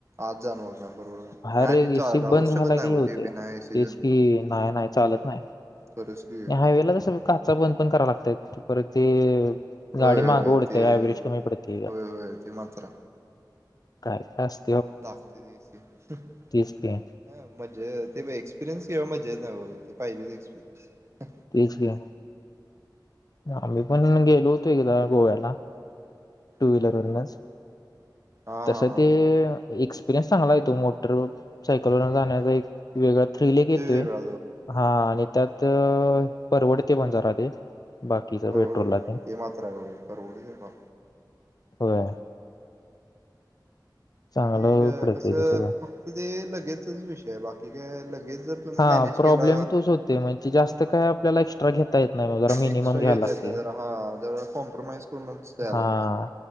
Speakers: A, on the right; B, on the left.
A: आज जाणवत नाही बरोबर
B: भाहेर
A: नाही आणि
B: एसी
A: राहूच
B: बंद झाला
A: शकत नाही
B: की हे
A: हो
B: होतंय.
A: ते बिना एसीच
B: तेच कि नाय नाय चालत नाही.
A: खरंच की
B: हायवेला कसं काचा बंद पण करा लागत्यात. परत ते
A: होय
B: गाडी मागं
A: होय
B: उडत्या.
A: ते
B: व्हायब्रेशन होई पडत
A: होय होय ते म्हातार
B: काय तास
A: लागते दिवशी ह
B: तेच की
A: मजा ते एक्सपिरियन्स कींवा मजा येत नाही बघा ते पाहिजेच एक्सपिरियन्स
B: तेच घ्या आम्ही पण गेलो होतो एकदा गोव्याला. टू व्हीलरवरनच
A: हम्म हम्म हम् हा
B: तस
A: हा हा
B: ते एक्स ल्यास चागलाय तो मोटर व सायकलवर जाण्याचा एक वेगळा थ्री लेक येतोय
A: ते वेगळा
B: हा आणि त्यात तर परवडते म जारा ते बाकीच
A: हो
B: पेट्रोलला
A: हो हो ते मात्र आहे बघा परवडीयल
B: होय चांगलं
A: ते
B: पडतय
A: कसं
B: ते सगळं
A: फक्त ते लगेचच विषय बा ठीक आहे लगेच जर तुम्ही
B: हा
A: मॅनेज
B: प्रॉब्लेम
A: केला
B: तोच होतोय म्हणजे जास्त
A: हा
B: काय आपल्याला एक्स्ट्रा घेता येत नाही बघा. जरा मिनिमम
A: एक्स्ट्रा
B: घ्या
A: घेता
B: लागते.
A: येत नाही जरा हा जरा कॉम्प्रोमाइज करूनच द्याय
B: हा
A: लागते